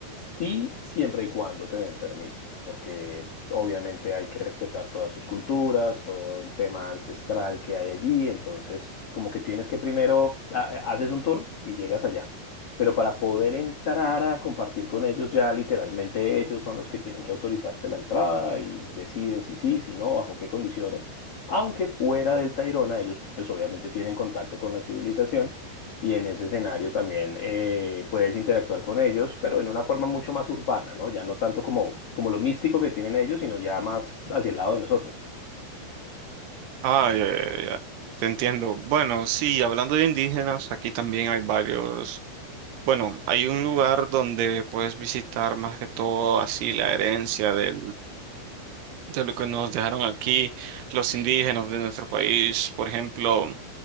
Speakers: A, on the left; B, on the right.
A: Sí, siempre y cuando te den permiso, porque obviamente hay que respetar todas sus culturas, todo el tema ancestral que hay allí, entonces como que tienes que primero ha- eh, haces un tour y llegas allá. Pero para poder entrar a compartir con ellos ya literalmente ellos son los que tienen que autorizarte la entrada y deciden si sí, si no, bajo qué condiciones. Aunque fuera del Tayrona ellos pues obviamente tienen contacto con la civilización y en ese escenario también eh, puedes interactuar con ellos, pero en una forma mucho más urbana, ¿no? Ya no tanto como, como lo místico que tienen ellos, sino ya más hacia el lado de nosotros.
B: Ah, ya, ya, ya. Te entiendo. Bueno, sí, hablando de indígenas, aquí también hay varios. Bueno, hay un lugar donde puedes visitar más que todo así la herencia del, de lo que nos dejaron aquí los indígenas de nuestro país. Por ejemplo,